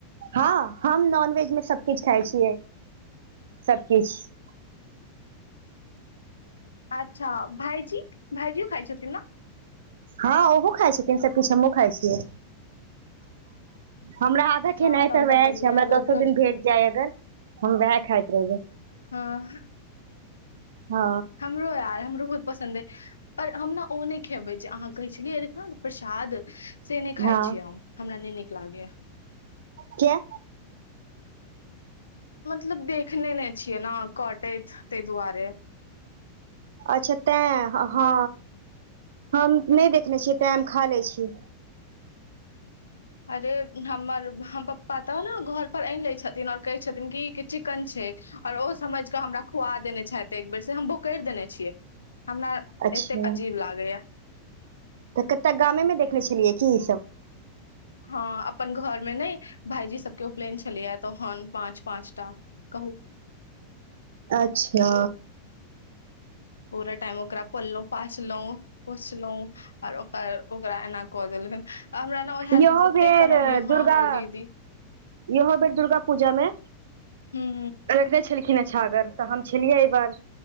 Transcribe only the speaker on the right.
ह हम नॉनवेज मे सब किछ खाय छियै। सबकिछ <unintelligible>
ह ओहो खाइ छथिन सब किछ हमहुँ खाइ छियै। हमरा आधा
खेनाइ
तऽ वए
छै हमरा
दसो
दिन भेट जाइ अगर हम वएह खाइत रहबै।
ह
हँ
किया?
अच्छा तऽ ह हम नहि देखने छियै तऽ हम खाए लऽ छी।
अच्छा
तऽ कते गामे मे देखने छलियै कऽ ई सब?
अच्छा
यहो
भेर
दुर्गा
यहो भेर दुर्गा पूजा मे
रखने छलखिन आ छागर तऽ हम छलियै, एहि बार